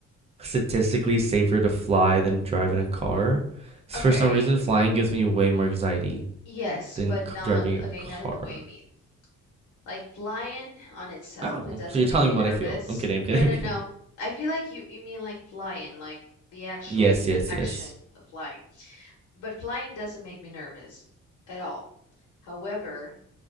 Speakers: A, on the right; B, on the left.
A: statistically safer to fly than drive in a car. For
B: Okay,
A: some reason, flying gives me way more anxiety
B: yes,
A: than
B: but
A: c-
B: not,
A: driving a
B: okay,
A: car.
B: not in the way you mean. Like flying on itself,
A: Oh,
B: it doesn't
A: so you're
B: make
A: telling
B: me
A: me
B: nervous.
A: what I feel. I'm kidding, I'm
B: No,
A: kidding,
B: no,
A: I'm kidding.
B: no. I feel like you, you mean like flying, like the actual
A: Yes, yes,
B: action
A: yes.
B: of flying. But flying doesn't make me nervous at all. However,